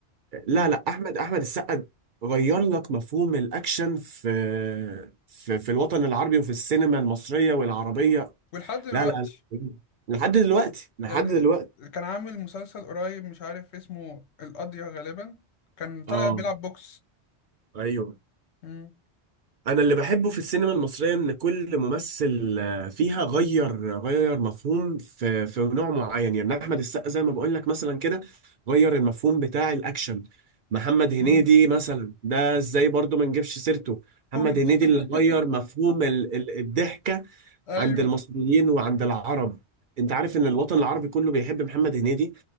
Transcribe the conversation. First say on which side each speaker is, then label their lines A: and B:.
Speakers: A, on the right (about 55°); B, on the left (about 75°).
A: لا
B: مم.
A: لا احمد احمد السقا غير لك مفهوم الاكشن في في في الوطن العربي وفي السينما المصرية والعربية
B: ولحد دلوقتي
A: لا لا لا. لحد دلوقتي لحد
B: يعني
A: دلوقتي
B: كان عامل مسلسل قريب مش عارف اسمه القضية غالبا كان طالع
A: اه
B: بيلعب بوكس
A: ايوه
B: مم.
A: انا اللي بحبه في السينما المصريه ان كل ممثل آه، فيها غير غير مفهوم في في نوع معين يعني احمد السقا زي ما بقول لك مثلا كده غير المفهوم بتاع الاكشن محمد هنيدي
B: مم.
A: مثلا ده ازاي برضو ما نجيبش سيرته محمد
B: كوميدي
A: هنيدي
B: <laughs>
A: اللي غير مفهوم ال- ال- الضحكه
B: ايوه
A: عند المصريين وعند العرب انت عارف ان الوطن العربي كله بيحب محمد هنيدي